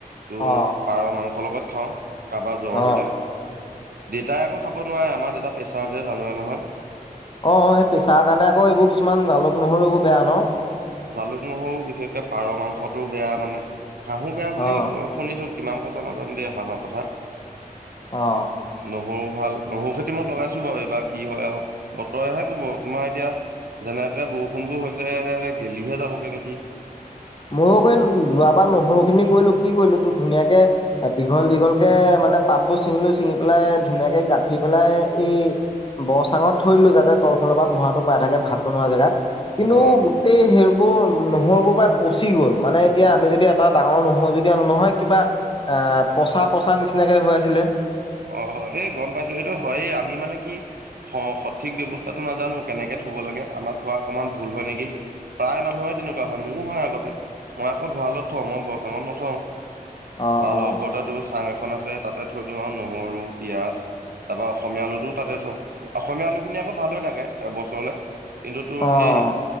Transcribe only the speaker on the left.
অ
অ
অঁ অঁ এই প্ৰেছাৰ কাৰণে আকৌ এইবোৰ কিছুমান জালুক নহৰু বোৰ বেয়া ন?
অ
অ
ময়ো ক যোৱাবাৰ নহৰু খিনি কৰিলো। কি কৰিলো তো ধুনীয়াকে দীঘল দীঘল কে মানে পাতবোৰ চিঙ লৈ চিঙি পেলাই ধুনীয়াকে গাত উঠি পেলাই এই বৰ চাঙত থৈ দিলোঁ যাতে তলফালৰ পৰা ধোঁৱাটো পাই থাকে ভাত বনোৱা জেগাত কিন্তু
গোটেই সেইৰিবোৰ নহৰুবোৰ বা পচি গ'ল মানে এতিয়া আমি যদি এটা ডাঙৰ নহো যদি আন নহয় কিবা আহ পচা - পচা নিচিনাকে হৈ আছিলে।
অ',
অ'।
অ'।